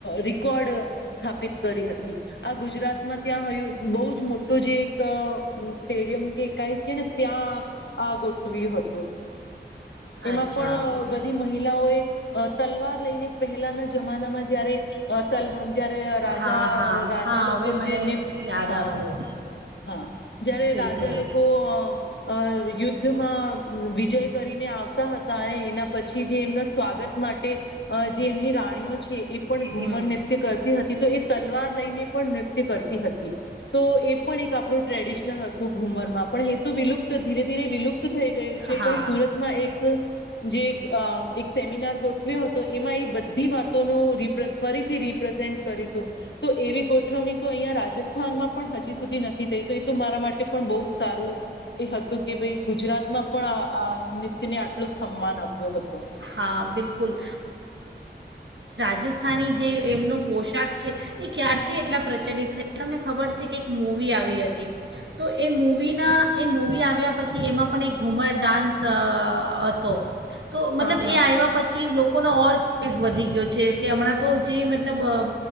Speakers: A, on the left; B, on the right.
A: રીકોર્ડ સ્થાપિત કરી હતી. આ ગુજરાત માં ત્યાં હયુ. બઉ જ મોટો જે એક અ સ્ટેડિયમ કે કાઈ છે ને ત્યાં આ ગોઠવ્યું હતું. એમાં
B: અચ્છા
A: પણ
B: બિલકુલ
A: બધી મહિલાઓએ અ તલવાર લઈને પહેલાના જમાનામાં જયારે અ તલ જયારે રાજા
B: હા હા
A: અ રાજા
B: હા
A: લોકો
B: હવે મને
A: જે નૃ
B: યાદ
A: હા-હા
B: આવ્યું
A: જયારે
B: બિલકુલ
A: રાજા લોકો અ અ યુદ્ધ દ્ધ માં વિજય કરીને આવતા હતા અને એ એના પછી જે એમના સ્વાગત માટે અ જે એમની રાણીઓ છે એ પણ ઘુમર
B: હમ
A: નૃત્ય કરતી હતી તો એ તલવાર લઈને પણ નૃત્ય કરતી હતી. તો એ પણ એક આપણું ટ્રેડિશનલ હતું ઘુમરમાં પણ, એ તો વિલુપ્ત ધીરે-ધીરે વિલુપ્ત થઈ ગયું છે,
B: હા
A: પણ સુરતમાં એક જે અ એક સેમિનાર ગોઠવ્યો હતો એમાં એ બધી વાતોનો રિ ફરીથી રિપ્રેઝેન્ટ કર્યું તું, તો એવી ગોઠવણી તો અઈયા રાજસ્થ થાનમાં પણ હજી સુધી નથી થઈ, તો એ તો મારા માટે પણ બઉ સારું એ હતું કે ભઈ ગુજરાતમાં પણ આ આ નુત્યને આટલું સમ્માન આપ્યો હતો.
B: હા બિલકુલ સ્થાની જે એમનો પોશાક છે એ ક્યારથી એટલા પ્રચલિત થયા તમને ખબર છે, કે એક મૂવી આવી અતી, તો એ મૂવીના એ મૂવી આવ્યા પછી એમાં પણે ઘૂમર ડાન્સ અઅઅ અતો. તો મતલબ
A: હા
B: એ
A: હા
B: આય્વા પછી લો લોકોનો ઓર <unintelligible> વધી ગયો છે કે અમણાં તો જે મતલબ અ